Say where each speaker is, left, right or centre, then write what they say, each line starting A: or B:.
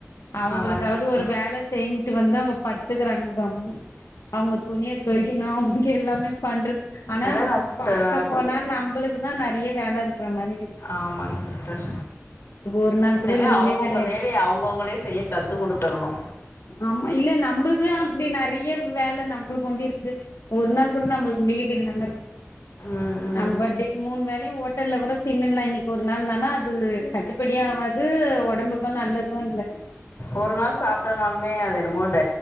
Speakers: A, on the left; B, on the left.
A: அவுங்ளுக்காவ்து
B: அதாங்க சிஸ்டர்
A: ஒரு வேல செய்ன்ட்டு வந்தா அவ்ங்க படுத்துக்குறாங்க கம்முனு அவுங்க துணிய தோய்க்கணு அவ்ங்ளுக்கு எல்லாமே பண்றத் ஆனா
B: அதா நா சிஸ்டர்
A: பாக்க போனா நம்புளுக்குதா நெறய வேலருக்குற மாறி இர்
B: ஆமாங் சிஸ்டர்
A: ஒரு நாள்
B: இனிமே
A: கூட லீவே
B: அவுங்கவுங்க
A: கெடையாது
B: வேலய அவுங்கவுங்களே செய்ய கத்து குடுத்துரணு
A: ஆமா இல்ல நம்ப்ளுக்கு அப்டி நெறைய வேல நம்புளுக் ஒண்டி இருக்கு ஒரு நாள்க் கூட நம்புளுக்கு லீவு இல்லாம இருக்கு
B: ம் ம்
A: நம்பட்டே மூண் வேலயு ஹோட்டல்ல கூட தின்னுலா இன்னிக் ஒரு நாள் தான அது கட்டுப்படியாவாது ஒடம்புக்கு நல்லது இல்ல
B: ஒரு நாள் சாப்ட்டனாலுமே அது என்னமோ ட